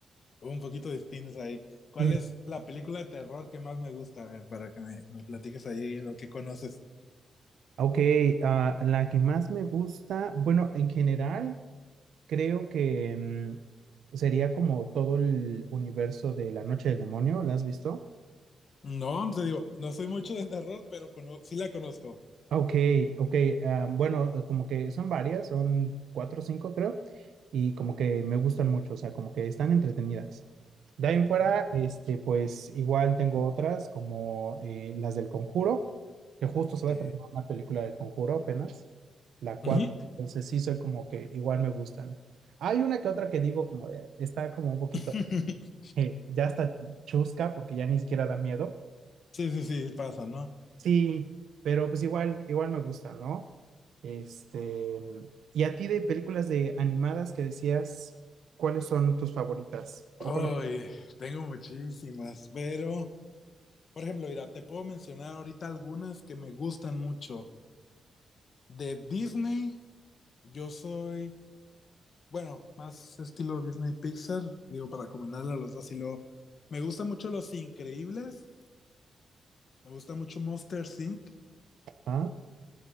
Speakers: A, on the left; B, on the right.
A: un poquito distintos ahí. ¿Cuál
B: Mm,
A: es la película de terror que más me gusta? A ver, para que me, me platiques ahí lo que conoces.
B: Ok, ah, la que más me gusta, bueno, en general creo que mm, sería como todo el universo de La Noche del Demonio, ¿la has visto?
A: No, no te digo, no soy mucho de terror, pero cono- sí la conozco.
B: Ok, ok. ah, bueno, como que son varias, son cuatro o cinco creo, y como que me gustan mucho, o sea, como que están entretenidas. De ahí en
A: Ujú.
B: fuera, este, pues igual tengo otras como eh, las del Conjuro, que justo
A: Ok.
B: se va a estrenar una película del Conjuro apenas, la cuatro,
A: Ujú.
B: entonces sí soy como que igual me gustan. Hay una que otra que digo como de, está como un poquito,
A: <laughs>
B: eh, ya está chusca porque ya ni siquiera da miedo
A: Sí, sí, sí, pasa, ¿no?
B: Sí, pero pues igual, igual me gusta, ¿no? Este, y a ti de películas de animadas que decías, ¿cuáles son tus favoritas?
A: Ay,
B: ¿O cuáles?
A: tengo muchísimas, pero, por ejemplo, mira, te puedo mencionar ahorita algunas que me gustan mucho. De Disney, yo soy, bueno, más estilo Disney Pixar, digo, para combinarle a los dos, y luego, me gusta mucho Los Increíbles, me gusta mucho Monsters Inc.
B: Ah,